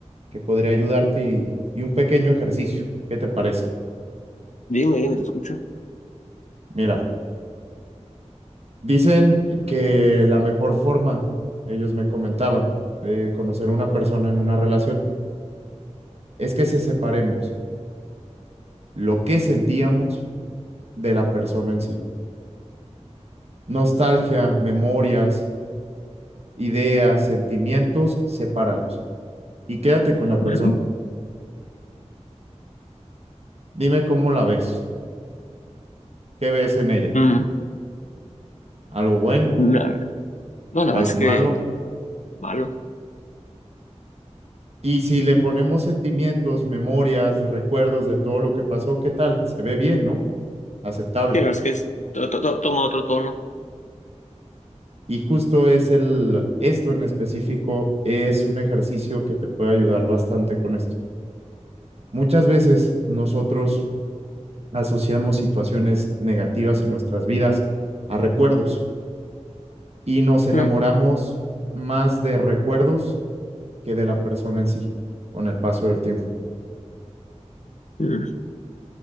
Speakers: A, on the right; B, on the left.
A: que podría ayudarte y, y un pequeño ejercicio. ¿Qué te parece?
B: Dime, dime, te escucho.
A: Mira, dicen que la mejor forma, ellos me comentaban, de conocer a una persona en una relación es que se separemos lo que sentíamos de la persona en sí. Nostalgia, memorias, ideas, sentimientos, sepáralos y quédate con la
B: Ujú.
A: persona. Dime cómo la ves, qué ves en ella,
B: Ujú.
A: algo bueno,
B: La verdad- no, la
A: algo
B: verdad es
A: malo.
B: que malo.
A: Y si le ponemos sentimientos, memorias, recuerdos de todo lo que pasó, ¿qué tal? Se ve bien, ¿no? Aceptable.
B: Sí, la verdad es que es- to- to- to- toma otro tono.
A: Y justo es el, esto en específico es un ejercicio que te puede ayudar bastante con esto. Muchas veces nosotros asociamos situaciones negativas en nuestras vidas a recuerdos y nos enamoramos
B: Ujú.
A: más de recuerdos que de la persona en sí con el paso del tiempo.
B: Ujú.